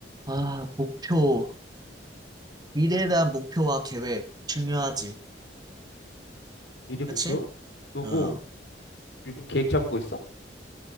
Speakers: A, on the right (about 25°); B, on the left (about 70°).
A: 아, 목표, 미래에 대한 목표와 계획, 중요하지.
B: 음. 미래 목표?
A: 그치?
B: 너
A: 어.
B: 뭐 요즘 계획 잡은 거 있어?